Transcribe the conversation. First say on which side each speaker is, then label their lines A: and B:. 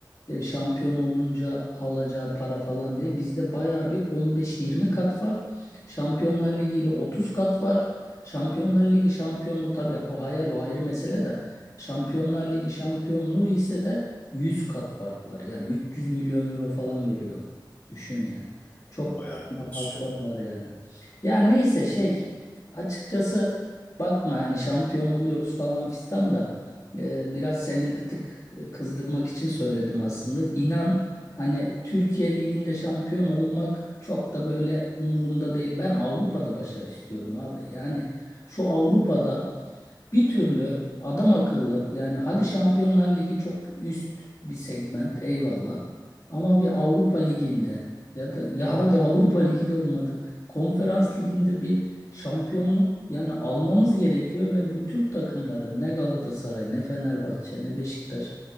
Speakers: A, on the left (about 40°); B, on the left (about 20°).
A: e, şampiyon olunca alacağı para falan diye bizde baya bir 15-20 kat var. Şampiyonlar Ligi ile 30 kat var. Şampiyonlar Ligi şampiyonluğu tabii o hayal o ayrı mesele de Şampiyonlar Ligi şampiyonluğu ise de 100 kat fark var. Yani 300 milyon euro falan veriyor. Düşün yani. Çok
B: Vay arkadaş
A: fark
B: ya.
A: var var yani. Ya neyse şey açıkçası bakma hani şampiyon oluyoruz falan fistan da e, biraz seni bir tık e, kızdırmak için söyledim aslında. İnan hani Türkiye Ligi'nde şampiyon olmak çok da böyle umurumda değil. Ben Avrupa'da başarı istiyorum abi. Yani şu Avrupa'da bir türlü adam akıllı yani hadi Şampiyonlar Ligi çok üst bir segment eyvallah ama bir Avrupa Ligi'nde ya da ya hadi Avrupa Ligi de olmadı. Konferans Ligi'nde bir şampiyonluk yani almamız gerekiyor ve bu Türk takımları ne Galatasaray ne Fenerbahçe ne Beşiktaş